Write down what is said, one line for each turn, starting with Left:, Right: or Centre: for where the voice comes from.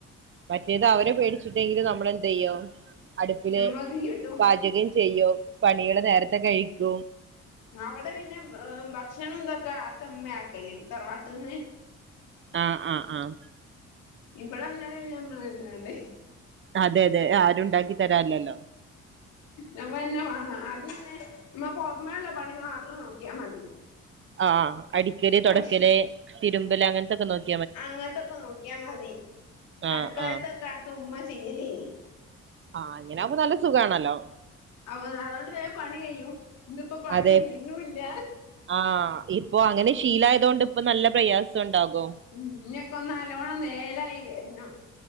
Right: മറ്റേത് അവരെ പേടിച്ചിട്ടെങ്കിലും നമ്മള എന്ത് ചെയ്യും? അടുപ്പില്
Left: നമ്മ തീയിട്ടും
Right: പാചകം ചെയ്യും, പണികള് നേരത്തെ കഴിക്കും.
Left: അവിടെ പിന്നെ ഭക്ഷണം എന്തൊക്കാ അടുത്തമ്മ ആക്കല് തറവാട്ടിൽന്ന്..
Right: ആഹ് ആഹ് ആഹ്! !!
Left: ഇവിടെ അന്നേരം പിന്നെ നമ്മള് തന്നെ വേണ്ടേ?
Right: അതെ അതെ! ! ആരും ഉണ്ടാക്കി തരാനില്ലല്ലോ!
Left: നമ്മൾന്നെ വേണം. അന്നെ നമ്മൾ പൊറമേ ഒള്ള പണി മാത്രം നോക്കിയാ മതി!
Right: ആഹ്! അടിക്കടി തൊടയ്ക്കല്,
Left: ഭക്ഷ
Right: തിരുമ്മല് അങ്ങനത്തൊക്കെ നോക്കി...
Left: അങ്ങനത്തൊക്കെ നോക്കിയാൽ മതി!
Right: ആഹ്
Left: അടുക്കളത്തൊക്കെ
Right: ആഹ്
Left: അകത്തു ഉമ്മ ചെയ്യലേല്ലേ നി...
Right: ആഹ്! അങ്ങനാവുമ്പോൾ നല്ല സുഖമാണല്ലോ?
Left: അപ്പൊ അതൊണ്ട് വേഗം പണി കഴിയും! ഇന്തിപ്പോ പണി
Right: അതെ
Left: തീരുന്നൂ ഇ ല്ല...
Right: ആഹ്! ഇപ്പൊ അങ്ങനെ ശീലായതൊണ്ട് ഇപ്പൊ നല്ല പ്രയാസം ഉണ്ടാകും!
Left: ഉം... ഇനിയൊക്കെ ഒന്ന് നല്ലോണം നേരായി വരണം.